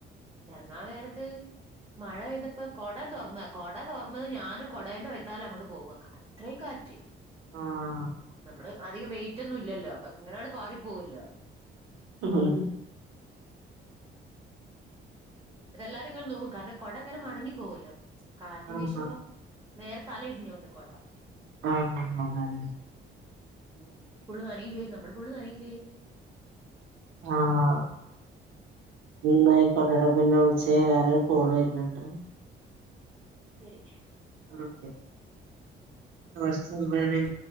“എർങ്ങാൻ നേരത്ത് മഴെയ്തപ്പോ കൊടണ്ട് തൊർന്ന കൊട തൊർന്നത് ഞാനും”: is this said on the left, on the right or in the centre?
Right